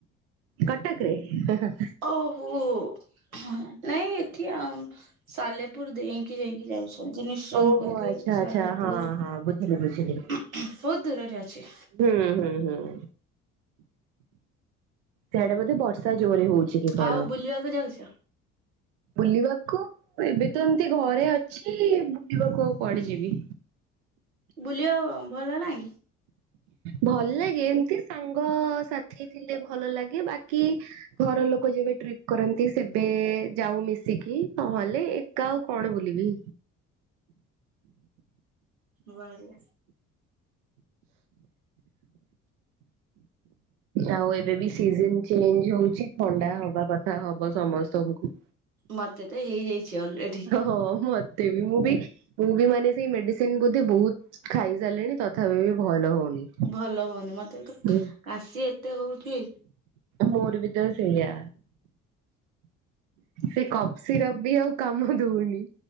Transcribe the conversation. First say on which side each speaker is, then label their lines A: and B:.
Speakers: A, on the right; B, on the right.
A: କଟକରେ ହା ହା।
B: ଓହୋ। ହଁ ନାଇଁ ଏଠି ଆମ ସାଲେପୁର ଦେଇଁକି ଯାଇକି ଯାଉଛୁ। <unintelligible>
A: ଓହୋ ଆଚ୍ଛା
B: ସାଲେପୁର
A: ଆଚ୍ଛା ହଁ ହଁ ବୁଝିଲି ବୁଝିଲି।
B: ବହୁତ ଦୂରରେ ଅଛି।
A: ହୁଁ ହୁଁ ହୁଁ। ସେଆଡେ ବୋଧେ ବର୍ଷା ଜୋରେ ହଉଛି କି କଣ
B: ଆଉ ବୁଲିବାକୁ ଯାଉଛ
A: ବୁଲିବାକୁ ଏବେ ତ ଏମିତି ଘରେ ଅଛି ବୁଲିବାକୁ ଆଉ କୁଆଡେ ଯିବି।
B: ବୁଲିବା ଭଲ ନାଇ।
A: ଭଲ ଲାଗେ ଏମତି ସାଙ୍ଗ ସାଥି ଥିଲେ ଭଲ ଲାଗେ ବାକି ଘର ଲୋକ ଯେବେ ଟ୍ରିପ କରନ୍ତି ସେବେ ଯାଉ ମିଶିକି ନହେଲେ ଏ କା ଆଉ କଣ ବୁଲିବି।
B: ବଢ଼ିଆ।
A: ଆଉ ଏବେ ବି ସିଜନ ଚେଞ୍ଜ ହଉଚି। ଥଣ୍ଡା ହବା କଥା ହବ ସମସ୍ତଙ୍କୁ।
B: ମତେ ତ ହେଇଯାଇଛି ଅଲରେଡି।
A: ହଁ ମତେ ବି ମୁଁ ବି ମୁଁ ବି ମାନେ ସେଇ ମେଡିସିନ ବୋଧେ ବହୁତ ଖାଇ ସାରିଲିଣି ତ ଥାପି ବି ଭଲ ହଉନି।
B: ଭଲ ହଉନି ମତେ କିନ୍ତୁ
A: ହୁଁ
B: କାଶି ଏତେ ହଉଛି।
A: ମୋର ବି ତ ସେଇଆ। ସେ କପ୍ ସିରପ ବି ଆଉ କାମ ଦଉନି।